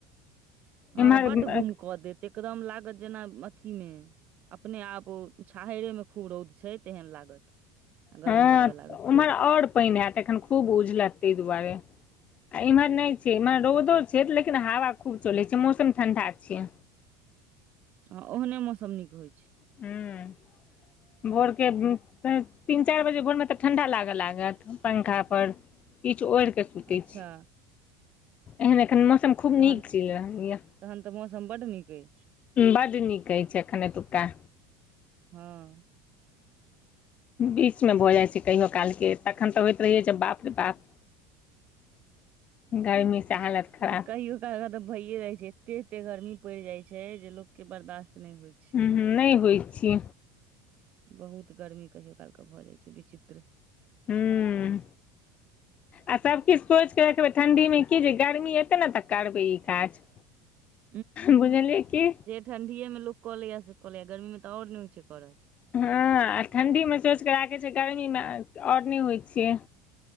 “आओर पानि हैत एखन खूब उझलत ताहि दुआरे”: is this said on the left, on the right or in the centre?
Left